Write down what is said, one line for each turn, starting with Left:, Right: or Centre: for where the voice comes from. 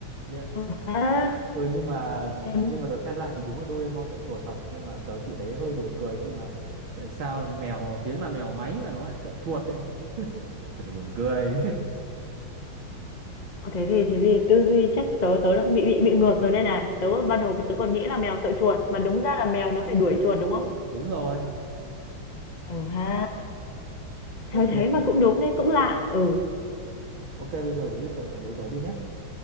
Right: nhỉ
Left: Ừ, ha
Right: ừ nhưng mà
Left: thế,
Right: nhưng mà tớ xem lại thì đúng là Doraemon sợ chuột thật nhưng mà tớ chỉ thấy hơi buồn cười khi mà tại sao là mèo tiếng là mèo máy mà nó lại sợ chuột đấy <laughs> thật là buồn cười
Left: ô, thế gì thế gì tư duy chắc tớ tớ đang bị bị bị ngược rồi đây này tớ ban đầu tớ còn nghĩ là mèo sợ chuột mà đúng ra là mèo nó phải đuổi chuột đúng không
Right: <laughs> đúng rồi
Left: ừ ha theo
Right: ok
Left: thế mà cũng đúng đấy cũng lạ ừ
Right: ok bây giờ đến lượt cậu lại đố tớ đi nhé